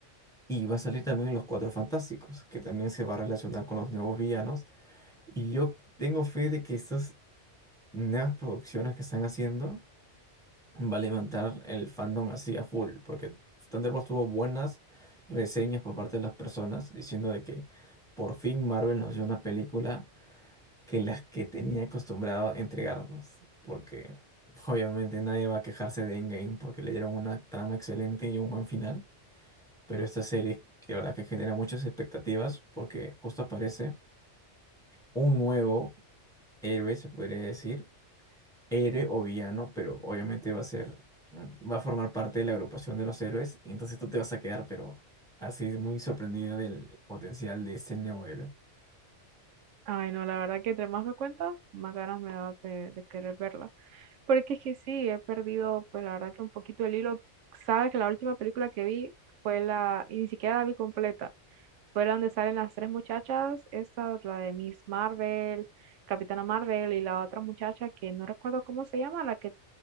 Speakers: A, in the centre; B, on the right.
A: Y va a salir también Los Cuatro Fantásticos, que también se va a relacionar con los nuevos villanos. Y yo tengo fe de que estas nuevas producciones que están haciendo va a levantar el fandom así a full, porque Thunderbolts tuvo buenas reseñas por parte de las personas diciendo de que por fin Marvel nos dio una película que las que tenía acostumbrado a entregarnos, porque obviamente nadie va a quejarse de Endgame porque le dieron una trama excelente y un buen final, pero esta serie que la verdad que genera muchas expectativas porque justo aparece un nuevo héroe, se podría decir, Ere o villano, pero obviamente va a ser, mm, va a formar parte de la agrupación de los héroes, y entonces tú te vas a quedar, pero así es muy sorprendida del potencial de este nuevo héroe.
B: Ay, no, la verdad que entre más me cuentas, más ganas me da de de querer verla. Porque es que sí, he perdido, pues la verdad que un poquito el hilo. Sabes que la última película que vi fue la, y ni siquiera la vi completa, fue la donde salen las tres muchachas, esa, la de Miss Marvel, Capitana Marvel y la otra muchacha que no recuerdo cómo se llama, la que